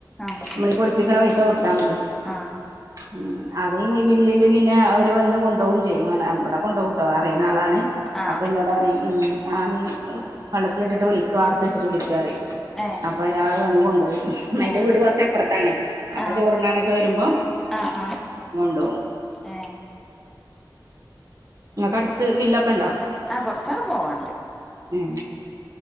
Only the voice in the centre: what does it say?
ആഹ്
ആഹ്
ആഹ്
ഏഹ്
ഏഹ്
ആഹ്
ആഹ് ആഹ്
ഏഹ്
ആഹ കൊറച്ചാങ്ങ്പോവാണ്ട്